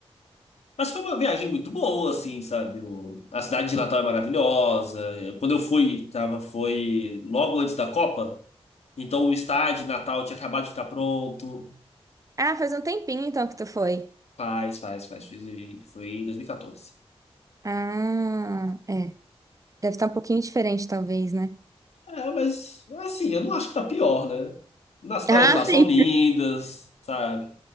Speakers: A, on the left (about 85°); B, on the right (about 30°).
A: Mas foi uma viagem muito boa, assim, sabe? O... A cidade de Natal é maravilhosa. Quando eu fui, tava, foi logo antes da Copa. Então o estádio de Natal tinha acabado de ficar pronto.
B: <laughs> ah, faz um tempinho então que tu foi.
A: Faz, faz, faz. Fiz, em- foi em 2014.
B: Ah, é. Deve estar um pouquinho diferente, talvez, né?
A: É, mas assim, eu não acho que tá pior, né? Nas praias
B: Ah,
A: lá são
B: sim.
A: lindas, sabe?